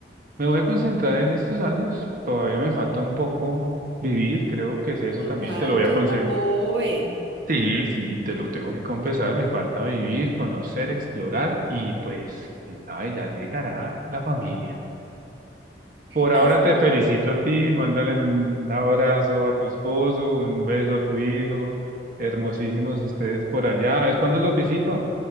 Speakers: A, on the right; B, on the right.
A: me voy a concentrar en estos años. Todavía me falta un poco vivir, creo que es eso
B: Total,
A: también. Te lo voy
B: tú
A: a
B: estás
A: conceder.
B: joven.
A: Sí, sí, te lo tengo que confesar. Me falta vivir, conocer, explorar y pues, quién sabe, ya llegará la familia. Por
B: Así.
A: ahora te felicito a ti. Mándale un abrazo a tu esposo, un beso a tu hijo. Hermosísimos ustedes por allá. A ver cuándo los visito.